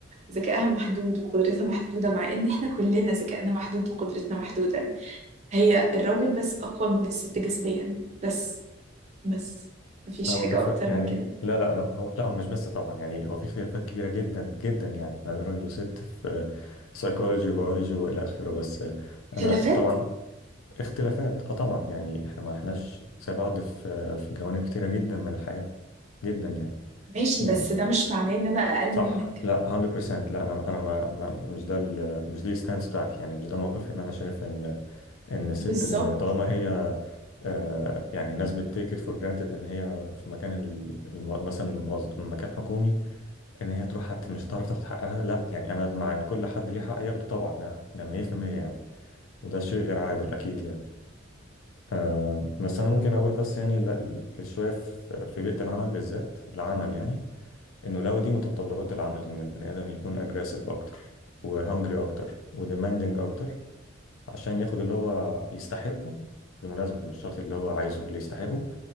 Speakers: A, on the right (about 35°); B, on the left (about 85°).
A: ذكائها محدود وقدرتها محدودة مع ان احنا كلنا ذكائنا محدود وقدرتنا محدودة هي الراجل بس أقوى من الست جسديا بس بس مفيش
B: انا
A: حاجة
B: متفق
A: أكتر
B: يعني
A: من كده
B: لا لا أنا هو لا هو مش بس طبعا يعني هو في اختلافات كبيره جدا جدا يعني ما بين راجل وست في سايكولوجي وبيولوجي والى اخره بس انا
A: خلافات
B: طبعا اختلافات اه طبعا يعني احنا ما احناش زي بعض في في جوانب كتيره جدا من الحياه جدا يعني
A: ماشي
B: يعني
A: بس ده مش معناه إن أنا أقل
B: صح
A: منك
B: لا 100% لا انا انا ما ما- مش ده ال- مش دي الستانس بتاعتي يعني مش ده موقفي ان انا شايف ان ان الست
A: بالظبط
B: ال- طالما هي آه، يعني الناس بتتيك ات فور جرانتد ان هي في مكان ال- الم- مثلا موظ- مكان حكومي ان هي تروح هت- مش هتعرف تاخد حقها لا يعني انا مع ان كل حد ليه حق ياخده طبعا ده ده 100% يعني وده شيء غير عادل اكيد يعني آه، بس انا ممكن اقول بس يعني لا- شويه في في بيئه العمل بالذات العمل يعني انه لو دي متطلبات العمل ان البني ادم يكون اجريسيف اكتر وهنجري اكتر وديماندنج اكتر عشان ياخد اللي هو يستحقه بالمناسبة مش شرط اللي هو عايزه اللي يستحقه